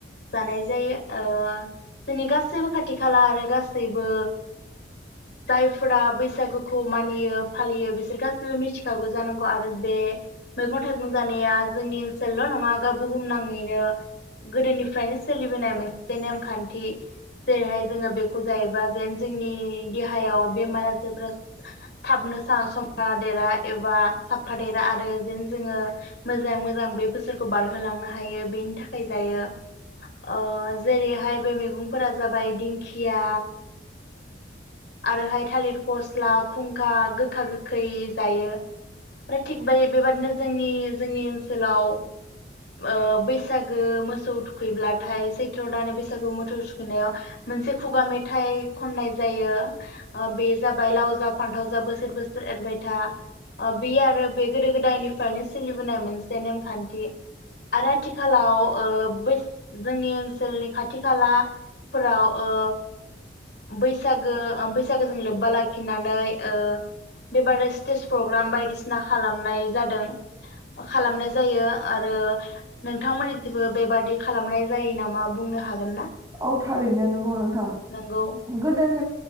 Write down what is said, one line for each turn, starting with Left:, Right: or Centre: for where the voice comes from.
Left: जानाय जायो ओ जोंनि गासैबो खाथि खाला आरो गासैबो जायफोरा बैसागुखौ मानियो फालियो बिसोर गा बो मिथिखागौ जानांगौ आरो बे मैगं थाइगं जानाया जोंनि ओनसोलल' नङा बुहुमनाङैनो गोदोनिफ्रायनो सोलिबोनाय मोनसे नेमखान्थि जेरैहाय जोङो बेखौ जायोबा जेन जोंनि देहायाव बेमार आजारफोरा थाबनो सम देरा एबा साफा देरा आरो जेन जोङो मोजांङै मोजां बे बोसोरखौ बारहोलांनो हायो बेनि थाखाय जायो ओ जेरैहाय बे मैगंफोरा जाबाय दिंखिया आरोहाय थालिर फस्ला खुंखा गोखा गो खै जायो फ्राय थिग बा बेबादिनो जोंनि जोंनि ओनसोलाव ओ बैसागो मोसौ थुखैब्लाथाय सैथ्र दान बैसागो मोसौ थुखैनायाव मोनसे खुगा मेथाइ खननाय जायो बे जाबाय लाव जा फान्थाव जा बोसोर बोसोर एरबायथा बे आरो बे गोदो गोदायनिफ्रायनो सोलिबोनाय मोनसे नेमखान्थि आरो आथिखालाव ओ जोंनि ओनसोलनि खाथि खालाफोराव ओ बैसागो बैसागोजों लोब्बा लाखिनानै ओ बेबादि स्टेज प्रग्राम बायदिसिना खालामनाय जादों खालामनाय जायो आरो नोंथांमोननि जेबो बेबादि खालामनाय जायो नामा बुंनो हागोन ना
Right: औ थारैनो नोंगौ नोंथां
Left: नंगौ
Right: गोदोनि